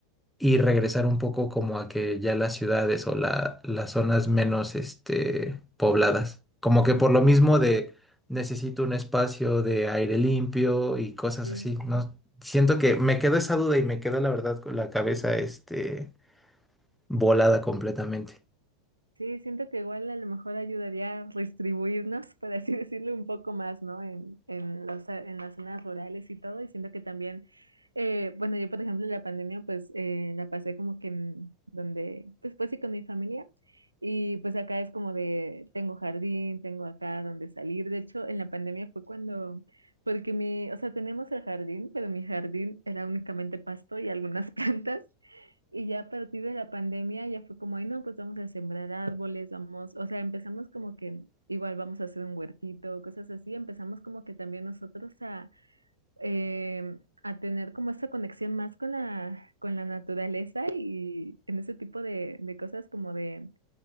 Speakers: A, in the centre; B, on the right (about 85°).
A: y regresar un poco como a que ya las ciudades o la- las zonas menos este, pobladas. Como que
B: ujú,
A: por lo mismo de necesito un espacio de aire limpio y cosas
B: sí.
A: así, ¿no? Siento que me quedó esa duda y me quedó la verdad con la cabeza este, volada completamente.
B: Sí, siento que igual a lo mejor ayudaría a distribuirnos, por así <laughs> decirlo, un poco más, ¿no? En, en los, en las zonas rurales y todo. Y siento que también, eh, bueno, yo por ejemplo en la pandemia pues eh, la pasé como que en donde, pues pues sí con mi familia. Y pues acá es como de, tengo jardín, tengo acá donde salir. De hecho, en la pandemia fue cuando, porque mi, o sea, tenemos el jardín, pero mi jardín era únicamente pasto y algunas <laughs> plantas. Y ya a partir de la pandemia ya fue como, ay, no, pues vamos a sembrar árboles, vamos, o sea, empezamos como que igual vamos a hacer un huertito, cosas así, empezamos como que también nosotros a, em, a tener como esta conexión más con la, con la naturaleza y en ese tipo de, de cosas como de,